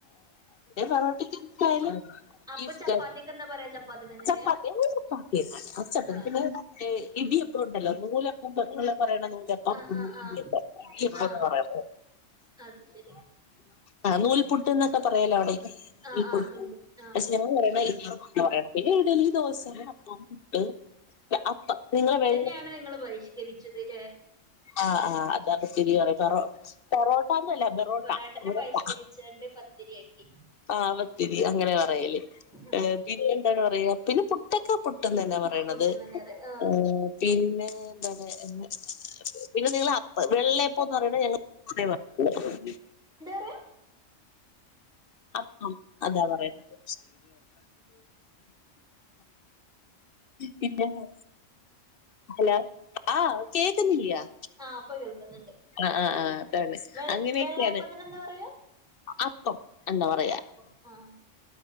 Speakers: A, on the left; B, in the centre.
A: പൊറോ <unintelligible> ബീഫ് <unintelligible>
B: അപ്പൊ ചപ്പാത്തിക്ക് എന്താ പറയാ ചപ്പാത്തി തന്നെ
A: ചപ്പാത്തി
B: പറയാ
A: ഞങ്ങള് ചപ്പാത്തി <unintelligible> അ ചപ്പാത്തി
B: ആഹ്
A: പിന്നെ ഇടിയം എല്ലാർക്കും നൂലപ്പം <unintelligible> പറയണെ നൂലപ്പം
B: ആഹ്
A: <unintelligible>
B: ആഹ് ആഹ് ആഹ് അത് ശെരി.
A: ആ നൂൽപുട്ട്ന്നൊക്കെ പറയൂല്ലോ അവിടെ.
B: ആഹ്
A: ഈ
B: ആഹ്
A: കൊടുകൂ
B: നൂൽപുട്ട്
A: <unintelligible>
B: ആഹ്
A: അസ്നൗ പറയണെ ഈ <unintelligible> പറയണം പിന്നെ ഇഡലി, ദോശ, അപ്പം, <unintelligible> ഈ ദിവസ അപ്പം നിങ്ങള് വെ
B: ക്കെയാണ് നിങ്ങള് പരിഷ്കരിച്ചത്. ലേ
A: ആഹ് ആഹ് അതാണ് ഇത്തിരി കൊറോ പൊറോട്ട ഒന്നും അല്ല ബറോട്ട
B: പൊറാട്ടനെ
A: ബറോട്ട.
B: ബഹിഷ്കരിച്ചാണ്ട് പത്തിരിയാക്കി
A: ആ സ്ഥിതി അങ്ങനെ പറയല് പിന്നെ
B: ഉം
A: പിന്നെ എന്താണ് പറയുക പിന്നെ പുട്ടക്കെ പു പുട്ട്ന്നന്നാ പറയ്ണത്
B: പുട്ട്ന്നെന്നെ പറയാ ആഹ്
A: ഏ പിന്നെ എന്താണ് എ പിന്നെ നിങ്ങള് അപ്പ് വെള്ളയപ്പോന്ന് പറയണ് ഞങ്ങള് <unintelligible>
B: ഏഹ്
A: അപ്പം അതാ പറയുന്നത് പിന്നെ <unintelligible> ഹലോ ആ കേക്കുന്നില്ലിയ-
B: ആഹ് ഇപ്പൊ കേൾക്കുന്നുണ്ട്
A: ആഹ് ആഹ് ആഹ് അതാണ്
B: വെ
A: അങ്ങനെയൊക്കെയാണ്-
B: വെള്ളയപ്പത്തിന് എന്താ പറയാ
A: അപ്പം എന്താ പറയാ
B: അപ്പം ആഹ്